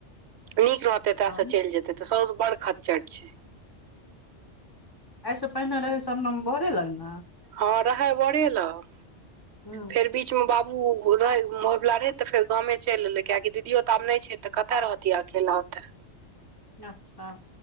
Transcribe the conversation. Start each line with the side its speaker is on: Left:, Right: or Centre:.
Right: नीक रहतै एतऽ
Left: ओ
Right: सँ चलि जेतै तऽ साउस बड़ खच्चर छै
Left: एहिसँ पहिने रहै सबनम बोरे लग नऽ
Right: हँ रहै बड़े लग
Left: हूँ
Right: फेर बीचमे बाबू रहै होइवला रहै तऽ फेर गामे चलि एलै कियकि दीदियो तऽ आब नहि छै तऽ कतय रहत तिये अकेला ओतऽ
Left: अच्छा